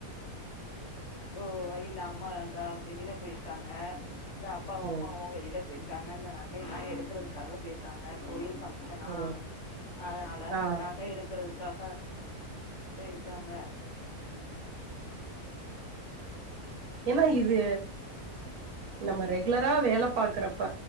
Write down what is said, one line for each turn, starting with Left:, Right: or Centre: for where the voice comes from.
Left: ஓ இல்ல அம்மா வந்தா வெளியல போயிருக்காங்க இந்த அப்பாவும்
Right: ஓ
Left: அம்மாவும் வெளில போயிருக்காங்க இந்த நகைல்லாம் எடுக்குறதுக்காக போய்ருக்காங்க கோயில் ஃப ங்சனா
Right: ஓ
Left: அதனால
Right: ஆ
Left: நகை எடுக்குறதுக்காக போய்ருக்காங்க
Right: ஏன்னா இது நம்ம ரெகுலரா வேல பாக்கறப்ப